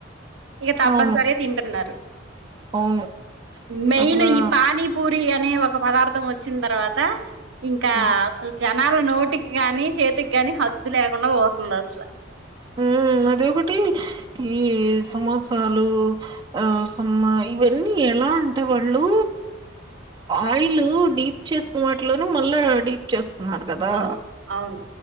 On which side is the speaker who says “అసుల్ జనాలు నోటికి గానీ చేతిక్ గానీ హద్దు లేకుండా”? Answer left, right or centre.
Right